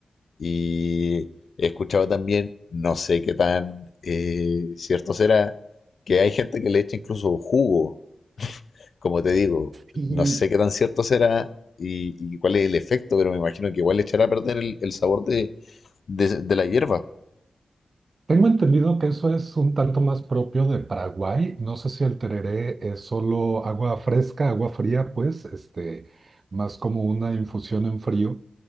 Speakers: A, on the left; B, on the right.
A: y he escuchado también, no sé qué tan eh, cierto será, que hay gente que le echa incluso jugo como te digo,
B: Sí,
A: no sé qué tan cierto será y, y cuál es el efecto, pero me imagino que igual le echará a perder el, el sabor de, de- de la hierba.
B: tengo entendido que eso es un tanto más propio de Paraguay. No sé si el tereré es solo agua fresca, agua fría, pues, este, más como una infusión en frío,